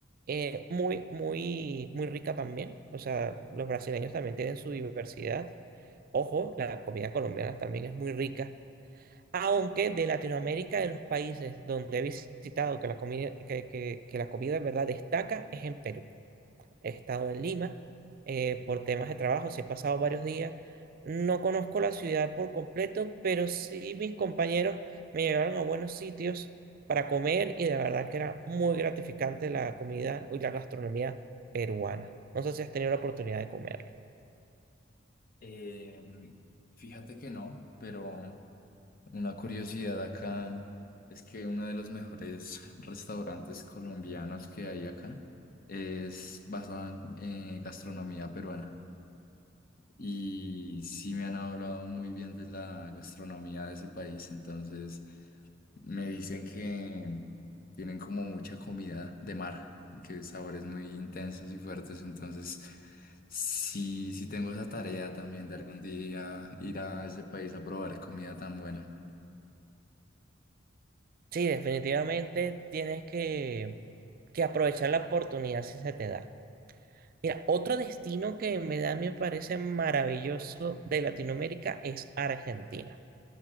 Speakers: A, on the right; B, on the left.
A: eh, muy, muy, muy rica también. O sea, los brasileños también tienen su diversidad. Ojo, la comida colombiana también es muy rica. Aunque de Latinoamérica, de los países donde he visitado que la comida, que, que, que la comida de verdad destaca, es en Perú he estado en Lima eh, por temas de trabajo, sí he pasado varios días. No conozco la ciudad por completo, pero sí mis compañeros me llevaron a buenos sitios para comer y de verdad que era muy gratificante la comida y la gastronomía peruana. No sé si has tenido la oportunidad de comerla.
B: Eh, fíjate que no, pero... Una curiosidad acá es que uno de los mejores restaurantes colombianos que hay acá es basado en eh, gastronomía peruana. Y sí me han hablado muy bien de la gastronomía de ese país, entonces me dicen que tienen como mucha comida de mar y que sabores muy intensos y fuertes, entonces sí, sí tengo esa tarea también de algún día ir a ese país a probar comida tan buena.
A: Sí, definitivamente tienes que, que aprovechar la oportunidad si se te da. Mira, otro destino que en verdad me parece maravilloso de Latinoamérica es Argentina.